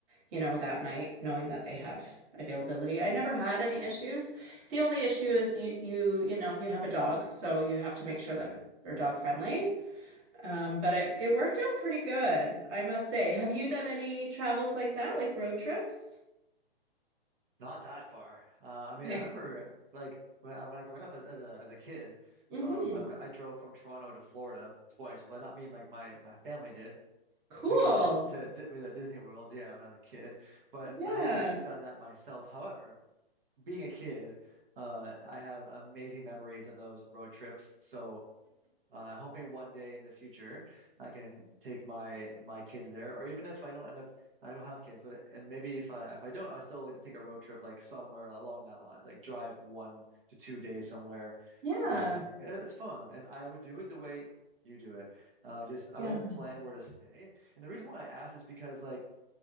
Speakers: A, on the right (about 30°); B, on the right (about 60°).
A: you know, that night, knowing that they had availability. I never had any issues. The only issue is you you you know, you have a dog, so you have to make sure that
B: right.
A: they're dog friendly. Um, but it, it worked out pretty good, I must say. Have you done any travels like that, like road trips?
B: Not that far. Uh, I
A: Okay.
B: mean, I remember like when I, when I growing up as, as a as a kid,
A: Mm-hmm.
B: um, I went I drove from Toronto to Florida twice, Well, not me, like my, my family did.
A: Cool.
B: We drove to to Di with, uh, Disney World, yeah, when I was a kid. But
A: Yeah.
B: I haven't actually done that myself. However, being a kid, uh, I have amazing memories of those road trips. So uh, hoping one day in the future I can take my my kids there, or even if I don't end up, I don't have kids, but and maybe if I if I don't, I still like to take a road trip like somewhere along that lines, like drive one to two days somewhere.
A: Yeah.
B: Uh, yeah, it's fun, and I would do it the way you do it. Uh, just I
A: Yeah.
B: wouldn't plan where to stay, and the reason why I asked is because like